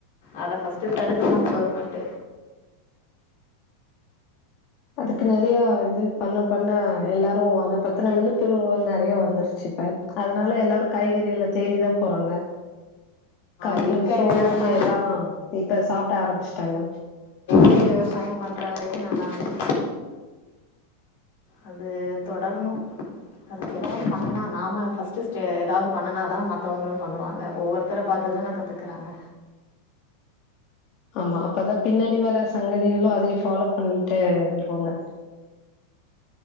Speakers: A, on the left; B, on the left.
A: அத ஃபர்ஸ்ட் தடுக்குனு கவர்மெண்ட்
B: அதுக்கு நெறைய இது பண்ண பண்ண எல்லாரும் அத பத்தினா விழுப்புணர்வு நெறைய வந்துருச்சு இப்ப அதனால எல்லாரு காய்கறிகில தேடிதா போறாங்க கம்பு
A: இயற்கை
B: சோளம்
A: விவசாயம்
B: எல்லா இப்ப சாப்ட்ட ஆரம்பிச்சிட்டாங்க
A: கை விவசாயம் பண்ற வரைக்கு நல்லார்ந்தது அது தொடரணு அதுக்கு ஏதாவது பண்ணனா நாம ஃபர்ஸ்ட்ட ஏதாவது பண்ணனாதா மத்தவங்களு பண்ணுவாங்க ஒவ்வொருத்தர பாத்துதானே கத்துக்கறாங்க
B: ஆமா அப்பதா பின்னாடி வர சங்கதிகளும் அதே ஃபாலோ பண்ணிட்டு வருவாங்க